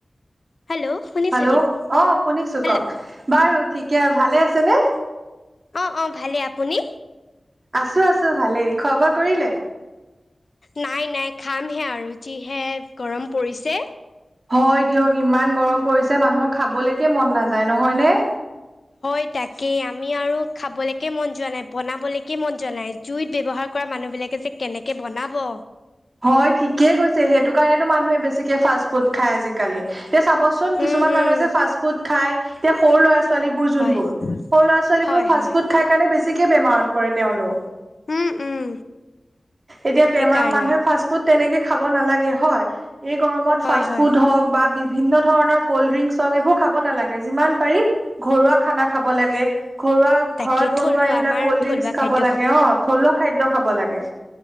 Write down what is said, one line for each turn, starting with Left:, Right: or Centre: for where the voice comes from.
Left: হেল্ল' শুনিছোঁ
Right: হেল্ল'?
Left: দিয়ক
Right: অ শুনিছো,
Left: হেল্ল'
Right: কওক? বাৰু ঠিকে, ভালে আছেনে?
Left: অঁ অঁ ভালে, আপুনি?
Right: আছো আছো ভালেই। খোৱা বোৱা কৰিলে?
Left: নাই নাই খামহে আৰু যিহে গৰম পৰিছে।
Right: হয় দিয়ক, ইমান গৰম পৰিছে মানুহৰ খাবলৈকে মন নাযায় নহয়নে?
Left: হয়ঁ তাকেই আমি আৰু খাবলৈকে মন যোৱা নাই বনাবলৈকে মন যোৱা নাই। জুইত ব্যৱহাৰ কৰা মানুহবিলাকে যে কেনেকে বনাব।
Right: হয়ঁ ঠিকেই কৈছে সেইটো কাৰণেতো মানুহে বেছিকে ফাষ্ট ফুড খায় আজিকালি। এতিয়া চাবচোন
Left: হুম
Right: কিছুমান
Left: হুম
Right: মানুহে যে ফাষ্ট ফুড খাই এতিয়া সৰু ল'ৰা ছোৱালী,, ছোৱালীবোৰ যোনবোৰ
Left: হয়
Right: সৰু ল'ৰা ছোৱালীবোৰ
Left: হয়
Right: ফাষ্ট
Left: হয়
Right: ফুড খাই কাৰণে বেছিকে বেমাৰত পৰে তেওঁলোক।
Left: উম উম
Right: এতিয়া বেমাৰ
Left: সেইকাৰণে
Right: মানুহে,, ফাষ্ট ফুড তেনেকে খাব নালাগে হয়। এই গৰমত
Left: হয়
Right: ফাষ্ট
Left: হয়
Right: ফুড হক বা ভিন্ন ধৰণৰ কল্ড ড্ৰিংক হওক এইবোৰ খাব নালাগে যিমান পাৰি,,, ঘৰুৱা খানা খাব লাগে, ঘৰুৱা
Left: তাকে
Right: ঘৰত বনোৱা
Left: থলুৱা
Right: এইবিলাক
Left: আমাৰ
Right: কল্ড
Left: থলুৱা
Right: ড্ৰিংকচ খাব
Left: খাদ্য
Right: লাগে অঁ থলুৱা খাদ্য খাব লাগে